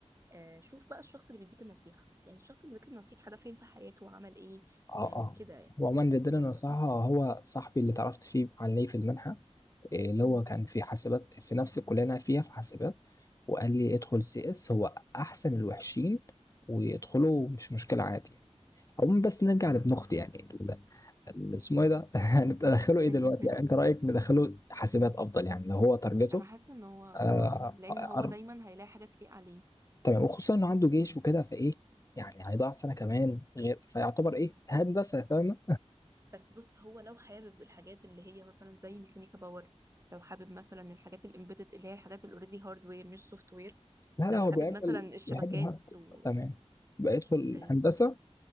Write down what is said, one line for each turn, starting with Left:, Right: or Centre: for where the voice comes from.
Right: آه، شوف بقى الشخص اللي بيديك النصيحه يعني الشخص اللي بيديك النصيحه ده فين في حياته عمل ايه
Left: اه
Right: آه،
Left: اه
Right: كده يعني
Left: وعموما اللي اداني
Right: فاهم
Left: نصيحه
Right: قصدي
Left: هو صاحبي اللي اتعرفت فيه عليه في المنحه إيه، اللي
Right: مم.
Left: هو كان في حاسبات في نفس الكليه اللي انا فيها في حاسبات وقال لي ادخل سي اس هو احسن الوحشين ويدخلوا مش مشكله عادي يعني عموما بس نرجع لابن اختي يعني اسمه ايه ده <laughs> ندخله ايه
Right: <laughs>
Left: دلوقتي يعني انت رايك ندخله حاسبات افضل يعني لو هو تارجته
Right: انا حاسه ان هو
Left: آه
Right: اه لان
Left: أر-
Right: هو دايما هيلاقي حاجه تليق عليه
Left: تمام وخصوصا انه عنده جيش وكده فايه يعني هيضيع سنه كمان غير فيعتبر ايه هندسه فاهمه
Right: بس بص هو لو حابب الحاجات اللي هي مثلا زي ميكانيكا باور لو حابب مثلا الحاجات الامبيدد اللي هي الحاجات الاوريدي هاردوير مش سوفت وير
Left: لا
Right: لو
Left: لا هو
Right: حابب
Left: بيحب
Right: مثلا
Left: ال...
Right: الشبكات
Left: بيحب الهارد
Right: و
Left: تمام يبقى يدخل
Right: ال...
Left: هندسه